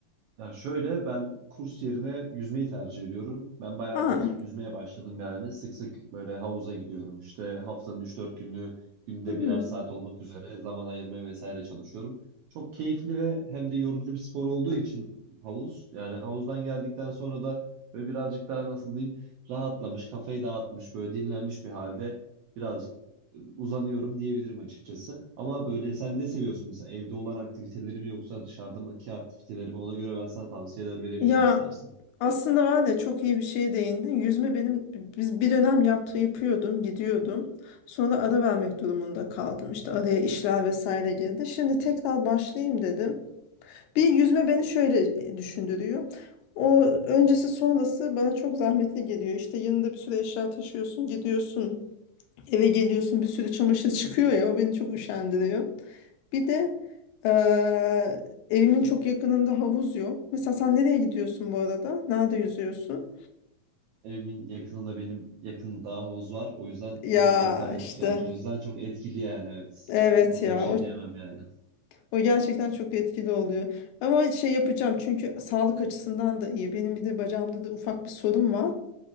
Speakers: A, on the right; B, on the left.
A: Ya şöyle ben kurs yerine yüzmeyi tercih ediyorum. Ben bayağıdır
B: Aa,
A: yüzmeye başladım yani. Sık sık böyle havuza gidiyorum. İşte haftanın üç dört günü günde
B: hmm.
A: birer saat olmak üzere zaman ayırmaya vesaire çalışıyorum. Çok keyifli ve hem de yorucu bir spor olduğu için havuz. Yani havuzdan geldikten sonra da böyle birazcık daha nasıl diyeyim rahatlamış, kafayı dağıtmış, böyle dinlenmiş bir halde birazcık uzanıyorum diyebilirim açıkçası. Ama böyle sen ne seviyorsun mesela evde olan aktiviteleri mi yoksa dışarıdaki aktiviteleri mi? Ona göre ben sana tavsiyeler verebilirim
B: Ya
A: istersen.
B: aslında var ya çok iyi bir şeye değindin. Yüzme benim biz bir dönem yaptı yapıyordum, gidiyordum. Sonra ara vermek durumunda kaldım. İşte araya işler vesaire girdi. Şimdi tekrar başlayayım dedim. Bir yüzme beni şöyle e, düşündürüyor. O öncesi sonrası bana çok zahmetli geliyor. İşte yanında bir sürü eşya taşıyorsun, gidiyorsun, eve geliyorsun, bir sürü çamaşır çıkıyor ya. O beni çok üşendiriyor. Bir de eee, evimin çok yakınında havuz yok. Mesela sen nereye gidiyorsun bu arada? Nerede yüzüyorsun?
A: Evimin yakınında benim yakında havuz var. O yüzden
B: Ya
A: bu alternatif
B: işte
A: yani. O yüzden çok etkili yani evet.
B: evet
A: O konuda
B: ya
A: bir şey
B: o,
A: diyemem yani.
B: o gerçekten çok etkili oluyor. Ama şey yapacağım çünkü sağlık açısından da iyi. Benim bir de bacağımda da ufak bir sorun var.